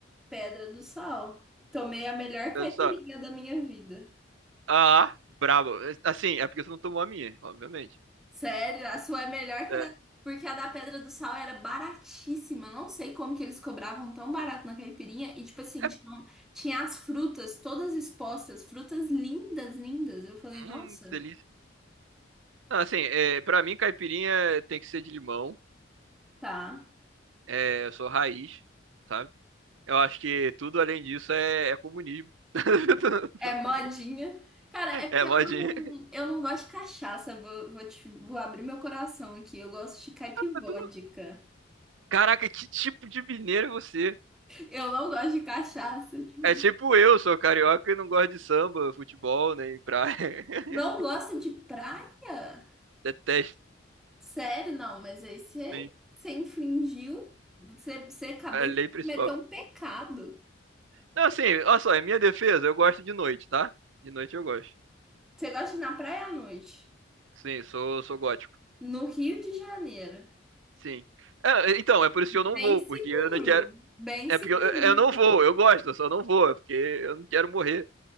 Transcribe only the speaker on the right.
Olha só.
Ah, brabo. Assim, é porque você não tomou a minha, obviamente.
Sério.
É,
hum,
delícia. Não, assim, é, pra mim, caipirinha é, tem que ser de limão.
É, eu sou raiz, sabe? Eu acho que tudo além disso é, é comunismo. <laughs>
É
modinha.
Ah, mas tu não- Caraca, que tipo de mineiro é você?
É tipo eu, sou carioca e não gosto de samba, futebol, nem praia. <laughs>
Detesto,
sim.
É a
lei
principal.
Não, assim, olha só, em minha defesa, eu gosto de noite, tá? De noite eu gosto.
Sim, sou, sou gótico.
Sim. É, então, é por isso
que eu não vou,
porque eu não quero.
É
porque eu, eu não vou, eu gosto, eu só não vou, é porque eu não quero morrer,